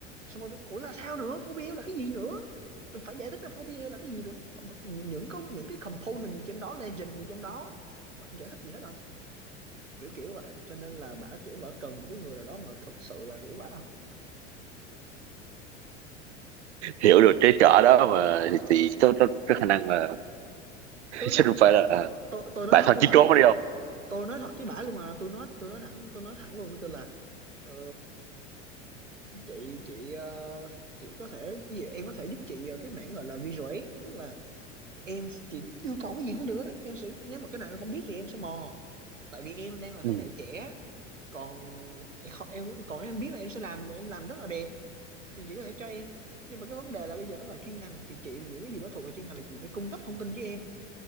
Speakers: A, on the right (about 85°); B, on the right (about 65°).
A: xong rồi tôi, ủa là sao nữa 4PL là cái gì nữa tôi phải giải thích là 4PL là cái gì nữa những có những cái component gì trên đó legend gì trong đó bà không giải thích gì hết đâu kiểu kiểu vậy cho nên là bả kiểu bả cần một cái người nào đó mà thật sự là hiểu bả Không,
B: hiểu được cái trở đó mà thì có có, khả năng là <laughs>
A: tôi
B: chứ không phải là uh,
A: tôi tôi nói
B: bà
A: thật
B: thôi
A: với
B: chí
A: bả
B: trốn
A: luôn mà
B: đi không
A: tôi nói thật với bả luôn mà tôi nói tôi nói thẳng tôi nói thẳng luôn nó kêu là ờ, chị chị ờ, chị có thể cái gì em có thể giúp chị ờ, cái mảng gọi là visual aid tức là em chị yêu cầu cái gì cũng được đó em sẽ nếu mà cái nào em không biết thì em sẽ mò tại vì em đang là thế
B: ừ.
A: hệ trẻ còn em không- em- còn em biết là em sẽ làm em làm rất là đẹp thì chị có thể cho em nhưng mà cái vấn đề là bây giờ nó là chuyên ngành thì chị những cái gì mà thuộc về chuyên ngành là chị phải cung cấp thông tin với em